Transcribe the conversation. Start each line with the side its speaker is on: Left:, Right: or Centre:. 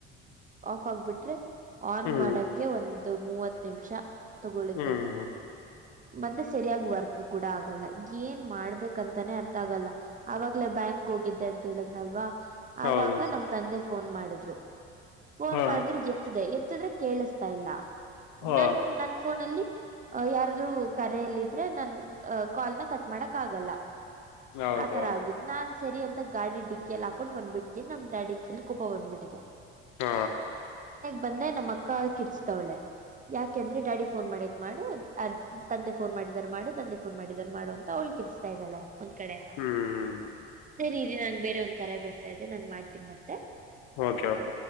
Right: ಆಫ್ ಆಗ್ಬಿಟ್ರೆ ಆನ್
Left: ಹ್ಮ್
Right: ಮಾಡಕ ಒಂದ <unintelligible> ದು ಮೂವತ್ತು ನಿಮಿಷ ತಗೊಳುತ್ತೆ
Left: ಹ್ಮ್ ಹ್ಮ
Right: ಮತ್ತೆ ಸರಿಯಾಗಿ ವರ್ಕ್ ಕೂಡ ಆಗಲ್ಲ ಏನ್ ಮಾಡ್ಬೇಕಂತಾನೇ ಅರ್ಥ ಆಗಲ್ಲ ಆವಾಗ್ಲ ಬ್ಯಾಂಕ್ ಹೋಗಿದ್ದೆ ಅಂತ ಹೇಳಿದ್ನಲ್ವಾ
Left: ಹೌದು
Right: ಆವಾಗ ನಮ್ ತಂದೆ ಫೋನ್ ಮಾಡಿದ್ರು ಫೋನ್
Left: ಹಾ
Right: ಮಾಡಿದ್ರರು ಎತ್ತದೆ ಎತ್ತಿದ್ರೆ ಕೇಳಿಸ್ತಾ ಇಲ್ಲ
Left: ಹಾ
Right: ನನ್ ನನ್ ಫೋನಲ್ಲಿ ಅ ಯಾರೂ ಕರೆಯಲ್ಲ ಇದ್ರೆ ನನ್ ಅ ಕಾಲ್ನ ಕಟ್ ಮಾಡಕ್ ಆಗಲ್ಲ
Left: ಹೌದೌದು
Right: ಆ ತರ ಆಗಿದ್ದ ನಾನ್ <unintelligible> ಸರಿ ಅಂತ ಗಾಡಿ ಡಿಕ್ಕಿಯಲ್ಲಿಾಕೊಂಡು ಬಂದ್ಬಿಟ್ಟಿದೆವಿ ನಮ ಡಡಿ ಫುಲ್ ಕೋಪ ಬಂದ್ಬಟ್ಟಿದೆ
Left: ಹಾ
Right: ಬಂದೆ ನಮ್ಮ ಅಕ್ಕ ಕಿರ್ಸ್ತವಳೆ ಯಾಕೆಂದ್ರೆ ಡ್ಯಾಡಿ ಫೋನ್ ಮಾಡೇತ್ ಮಾಡು ಅ ತಂದೆ ಫೋನ್ ಮಾಡಿದಾರ ಮಾಡು ತಂದೆ ಫೋನ್ ಮಾಡಿದಾರ ಮಾಡು ಅಂತ ಅವ ಕಿಸಸ್ತಾ ಇದ್ದಲ್ಲ ಒಂದ್ ಕಡೆ
Left: ಹ್ಮ್
Right: ಸರಿ ನಂ ಬೇರೆ ಒಂದ್ ಕರೆ ಬರ್ತಿ ದೆ ನನ್ ಮಾಡ್ತೀನಿ ಮತ್ತೆ
Left: ಓಕೆ ಓಕೆ